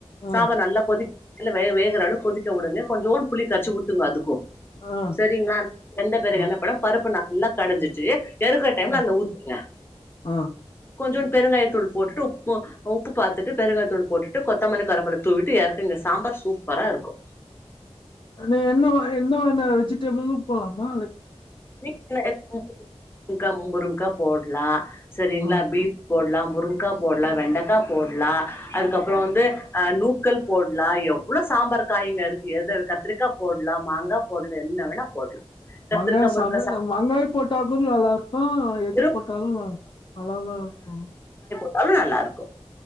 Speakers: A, on the left (about 20°); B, on the left (about 45°).
A: சாம்பார்
B: ஆ
A: நல்லா கொதிக் இல்ல வே வேகறாலு கொதிக்க விடுங்க கொஞ்சோன் புளி கரைச்சி ஊத்துங்க அதுக்கு
B: ஆ
A: செரிங்ளா வெந்த பெறகு
B: ஆ
A: என்ன பண்ணு பருப்பு ந ல்லா கடஞ்சிட்டு எறக்குற டைம்ல
B: ம்
A: அதுல ஊத்துங்க
B: ஆ
A: கொஞ்சம் பெருங்காய தூள் போட்டுட்டு உப்பு அஹ் உப்பு பாத்துட்டு பெருங்காய தூளு போட்டுட்டு கொத்தமல்லி கரவப்பில தூவிட்டு எறக்குங்க சாம்பார் சூப்பரா இருக்கு
B: நீ என்ன வ என்ன வேனா வெஜிட்டபிளு போட்லாமா
A: வீட்ல <inaudible> ங்கா முருங்கா போட்லா செரிங்ளா
B: இருக்குமா
A: பீ போட்லா முருங்கா போட்லா வெண்டக்கா போட்லா அதுக்கப்புறோ வந்து அ நூக்கல் போட்லா எவ்ளோ சாம்பார் காய்ங்க இருக்கு எத கத்திரிக்கா போட்லா மாங்கா போட்லா என்ன வேணா போட்லா கத்திரிக்கா
B: வாங்க ஸ்
A: முருங்கா
B: தமிழ் நம்ம அங்கய்ப் போட்டாகூ நல்லாரு அ
A: சா
B: எது போட்டாலு நல்லாதாருக்கு
A: ட்டாலு நல்லாருக்கு